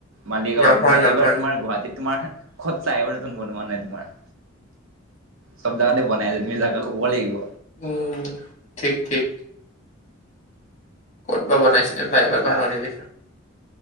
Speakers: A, on the right; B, on the left.
A: মালিগাঁৱত
B: নহয়
A: মানে
B: নহয়
A: এইবাৰ তোমাৰ গুৱাহাটীত তোমাৰ ক'ত ফ্লাইঅভাৰ নতুন বনোৱা নাই তোমাৰ, চব জগাতে বনাই আছে তুমি জাগা ক'ব লাগিব।
B: উম ঠিক ঠিক। ক'ত বা বনাইছিলে ফ্লাইঅভাৰ পাহৰি পাইছো।